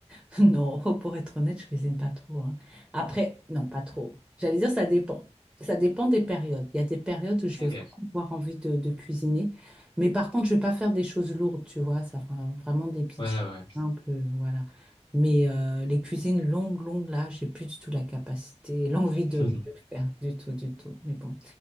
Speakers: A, in the centre; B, on the left (about 50°).
A: <laughs> Non, pour être honnête, je cuisine pas trop. hein. Après, non, pas trop. J'allais dire, ça dépend. Ça dépend des périodes. Il y a des périodes où je vais
B: Ok.
A: vraiment avoir envie de, de cuisiner. Mais par contre, je vais pas faire des choses lourdes, tu vois. Ça fera vraiment des petites
B: Ouais,
A: choses
B: ouais.
A: simples, euh, voilà. Mais euh, les cuisines longues, longues, là, j'ai plus du tout la capacité, l'envie de,
B: <laughs>
A: de le faire du tout, du tout. Mais bon,